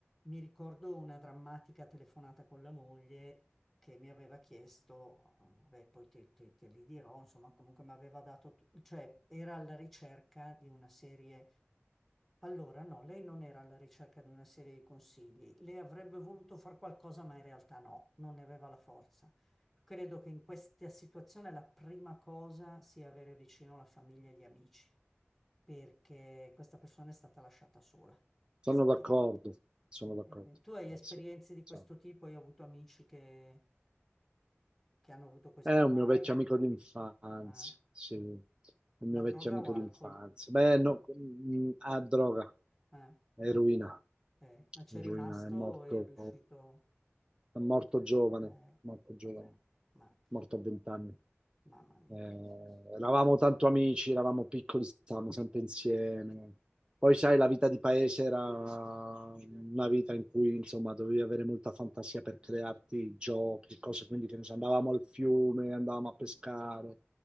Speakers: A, in the centre; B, on the right (about 20°).
A: mi ricordo una drammatica telefonata con la moglie che mi aveva chiesto, eh, beh, poi te, te- te li dirò, insomma, comunque mi aveva dato, tu- cioè era alla ricerca di una serie. Allora, no, lei non era alla ricerca di una serie di consigli, lei avrebbe voluto fare qualcosa, ma in realtà no, non ne aveva la forza. Credo che in questa situazione la prima cosa sia avere vicino la famiglia e gli amici, perché questa persona è stata lasciata sola,
B: Sono
A: pesantemente.
B: d'accordo, sono d'accordo.
A: Eh, eh, Tu hai
B: Eh,
A: esperienze
B: sì,
A: di
B: insomma.
A: questo tipo? Io ho avuto amici che, che hanno avuto questi
B: È
A: guai.
B: un mio vecchio amico
A: Ah,
B: d'infanzia,
A: ah.
B: sì, un mio
A: Ma
B: vecchio
A: droga
B: amico
A: o
B: d'infanzia.
A: alcol?
B: Beh, no, mm, ah, droga,
A: Eh,
B: eroina,
A: eh, Ma c'è
B: eroina,
A: rimasto
B: è morto,
A: e è riuscito.
B: è morto giovane,
A: eh,
B: morto giovane,
A: eh, ma,
B: morto a vent'anni.
A: mamma mia,
B: Eh,
A: che disastro.
B: eravamo tanto amici, eravamo piccoli, stavamo sempre insieme. Poi, sai, la vita di paese era una vita in cui, insomma, dovevi avere molta fantasia per crearti giochi, cose, quindi che ne so, andavamo al fiume, andavamo a pescare,